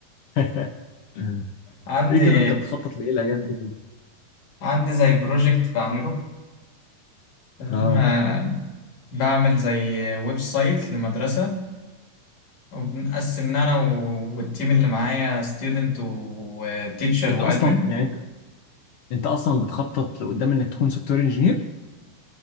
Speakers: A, on the left (about 80°); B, on the left (about 70°).
A: <laughs>
B: عندي
A: ايه كده انت بتخطط لايه الايام دي كده؟
B: عندي زي بروجكت بعمله فاهم
A: اه
B: آه، بعمل زي ويب سايت لمدرسة وبنقسمنا انا و- والتيم اللي معايا ستودنت وتيتشر
A: انت
B: وادمن
A: اصلا يعني انت انت اصلا بتخطط لقدام انك تكون سوفت وير انجينير؟